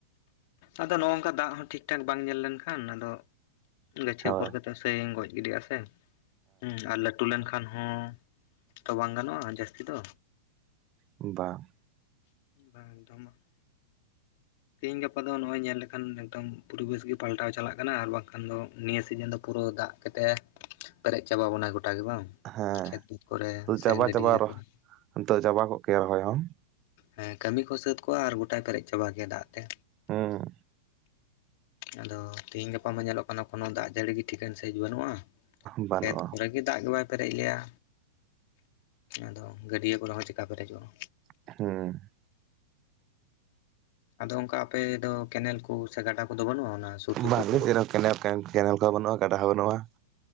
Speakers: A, on the left; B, on the right.
A: ᱟᱫᱚ ᱱᱚᱝᱠᱟ ᱫᱟᱜ ᱦᱚᱸ ᱴᱷᱤᱠ ᱴᱷᱤᱠ ᱴᱷᱟᱠ ᱵᱟᱝ ᱧᱮᱞ ᱞᱮᱱᱠᱷᱟᱱ ᱟᱫᱚ ᱜᱟᱹᱪᱷᱤ
B: ᱦᱳᱭ
A: ᱟᱯᱷᱚᱨ ᱠᱟᱛᱮ ᱥᱟᱹᱭᱧ ᱜᱚᱡ ᱜᱤᱰᱤᱼᱟ ᱥᱮ ᱦᱮᱸ ᱟᱨ ᱞᱟᱹᱴᱩ ᱞᱮᱱᱠᱷᱟᱱ ᱦᱚᱸ ᱛᱚ ᱵᱟᱝ ᱜᱟᱱᱚᱜᱼᱟ ᱡᱟᱹᱥᱛᱤ ᱫᱚ
B: ᱵᱟᱝ
A: <unintelligible> ᱛᱮᱤᱦᱤᱧ ᱜᱟᱯᱟ ᱫᱚ ᱱᱚᱜᱼᱚᱭ ᱧᱮᱞ ᱞᱮᱠᱷᱟᱱ ᱮᱠᱫᱚᱢ ᱯᱚᱨᱤᱵᱮᱥ ᱜᱮ ᱯᱟᱞᱴᱟᱣ ᱪᱟᱞᱟᱜ ᱠᱟᱱᱟ ᱟᱨ ᱵᱟᱝᱠᱷᱟᱱ ᱫᱚ ᱱᱤᱭᱟᱹ ᱥᱤᱡᱤᱱ ᱫᱚ ᱯᱩᱨᱟᱹ ᱫᱟᱜ ᱠᱟᱛᱮᱫ ᱯᱮᱨᱮᱡ ᱪᱟᱵᱟ ᱵᱚᱱᱟᱭ ᱜᱚᱴᱟ ᱜᱮ ᱵᱟᱝ
B: ᱦᱮᱸ
A: ᱠᱷᱮᱛ ᱵᱩᱫᱽ ᱠᱚᱨᱮ
B: ᱛᱚ ᱪᱟᱵᱟ
A: ᱥᱮ ᱜᱟᱹᱰᱭᱟᱹ
B: ᱪᱟᱵᱟ ᱨᱚᱦ
A: ᱠᱚᱨᱮ
B: ᱱᱤᱛᱚᱜ ᱪᱟᱵᱟ ᱠᱚᱜ ᱠᱮᱭᱟ ᱨᱚᱦᱚᱭ ᱦᱚᱸ
A: ᱦᱮᱸ ᱠᱟᱹᱢᱤ ᱠᱚ ᱥᱟᱹᱛ ᱠᱚᱜᱣᱟ ᱟᱨ ᱜᱚᱴᱟᱭ ᱯᱮᱨᱮᱡ ᱪᱟᱵᱟ ᱜᱮᱭᱟ ᱫᱟᱜ ᱛᱮ
B: ᱦᱮᱸ
A: ᱟᱫᱚ ᱛᱮᱤᱦᱤᱧ ᱜᱟᱯᱟ ᱢᱟ ᱧᱮᱞᱚᱜ ᱠᱟᱱᱟ ᱠᱳᱱᱳ ᱫᱟᱜ ᱡᱟᱹᱲᱤ ᱜᱮ ᱴᱷᱤᱠᱟᱹᱱ ᱥᱮᱺᱤᱡ ᱵᱟᱹᱱᱩᱜᱼᱟ
B: ᱵᱟᱹᱱᱩᱜᱼᱟ
A: ᱠᱷᱮᱛ ᱠᱚᱨᱮ ᱜᱮ ᱫᱟᱜ ᱜᱮ ᱵᱟᱭ ᱯᱮᱨᱮᱡ ᱞᱮᱭᱟ ᱟᱫᱚ ᱜᱟᱹᱰᱭᱟᱹ ᱠᱚᱨᱮ ᱦᱚᱸ ᱪᱮᱠᱟ ᱯᱮᱨᱮᱡᱚᱜᱼᱟ
B: ᱦᱩᱸ
A: ᱟᱫᱚ ᱚᱝᱠᱟ ᱟᱯᱮ ᱫᱚ ᱠᱮᱱᱮᱞ ᱠᱚ ᱥᱮ ᱜᱟᱰᱟ ᱠᱚᱫᱚ ᱵᱟᱹᱱᱩᱜᱼᱟ ᱚᱱᱟ ᱥᱩᱨ ᱥᱩᱯᱩᱨ
B: ᱵᱟ ᱟᱞᱮ
A: ᱠᱚᱨᱮ
B: ᱥᱮᱡ ᱫᱛ ᱠᱮᱱᱮᱞᱮᱱ ᱠᱮᱱᱮᱞ ᱠᱚᱦᱚᱸ ᱵᱟᱹᱱᱩᱜᱼᱟ ᱜᱟᱰᱟ ᱦᱚᱸ ᱵᱟᱹᱱᱩᱜᱼᱟ